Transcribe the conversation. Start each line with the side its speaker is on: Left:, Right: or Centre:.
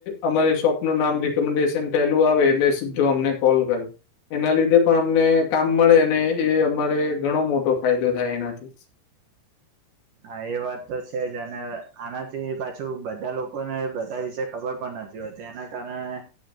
Left: અમારી શોપ નું નામ રિકમેન્ડેશન પહેલું આવે એટલે સીધો અમને કોલ કરે. એના લીધે પણ અમને કામ મળે અને એ અમારે ઘણો મોટો ફાયદો થાય એનાથી.
Right: હા એ વાત તો છે જ અને આનાથી પાછું બધા લોકોને બધા વિશે ખબર પણ નથી. એના કારણે.